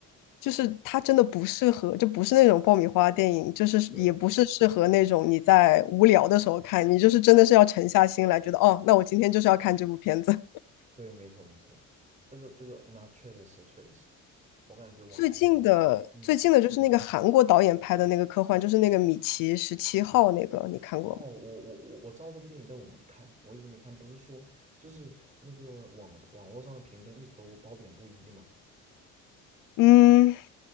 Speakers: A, on the left; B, on the right.
A: 就是它真的不适合，就不是那种爆米花电影，就是也不是适合那种你在无聊的时候看，
B: 对
A: 你就是真的是要沉下心来，觉得哦，那我今天就是要看这部片子。<laughs>
B: 对，没错没错，这个这个那确实是确实是，我感觉我还是
A: 最近的最近的就是那个韩国导演拍的那个科幻，
B: 嗯。
A: 就是那个《米奇十七号》那个，你看过吗？
B: 哦，我我我我知道这部电影，但我没看，我一直没看。不是说就是那个网网络上的评分一直都褒贬不一嘛，
A: 嗯，